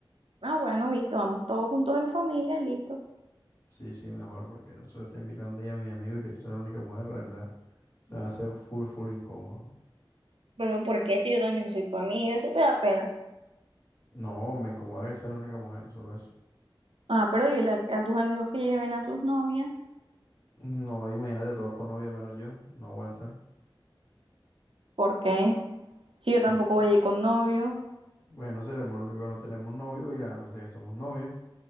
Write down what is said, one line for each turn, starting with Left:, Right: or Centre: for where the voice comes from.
Right: Ah, bueno, visto, vamos todos juntos en familia, y listo.
Left: Sí, sí, mejor, porque eso está invitando ya a mi amigo y que tú seas la única mujer, la verdad, se va a hacer full, full incómodo.
Right: Pero ¿por qué si yo también soy tu amiga? Eso te da pena.
Left: No, me incomoda que sea la única mujer, solo eso.
Right: Ah, pero dile a, a tus amigos que lleven a sus novias.
Left: No, imagínate todo con novia menos yo, no aguanta.
Right: ¿Por qué? Si yo
Left: Porque,
Right: tampoco voy a ir con novio.
Left: bueno, seremos los únicos que no tenemos novio, irán a pensar que somos novios.